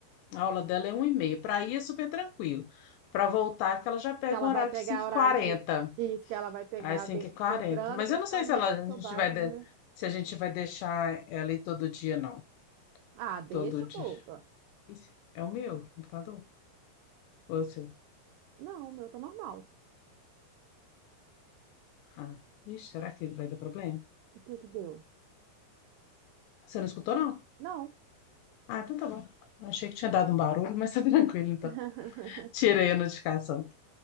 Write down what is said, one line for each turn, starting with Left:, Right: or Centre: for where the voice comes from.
Left: A aula dela é 1 e meia. Para ir é super tranquilo. Para voltar, que ela já pega
Right: Que ela
Left: um horário
Right: vai pegar
Left: de cinco h
Right: horário
Left: 40
Right: de. Isso, que ela vai pegar
Left: Às 5h40.
Right: de- entrando
Left: Mas
Right: principalmente
Left: eu não sei se ela,
Right: no
Left: a
Right: seu
Left: gente
Right: bairro,
Left: vai, de-
Right: né?
Left: se a gente vai deixar ela ir todo dia, não.
Right: Ah, deixa,
Left: Todo dia.
Right: boba.
Left: Isso é o meu computador? Ou é o seu?
Right: Não, o meu tá normal.
Left: Ah, ixi, será que vai dar problema?
Right: O que que deu?
Left: Você não escutou, não?
Right: Não.
Left: Ah, então tá bom. Achei que tinha dado um barulho, mas tá <laughs> tranquilo, então.
Right: <laughs>
Left: Tirei a notificação.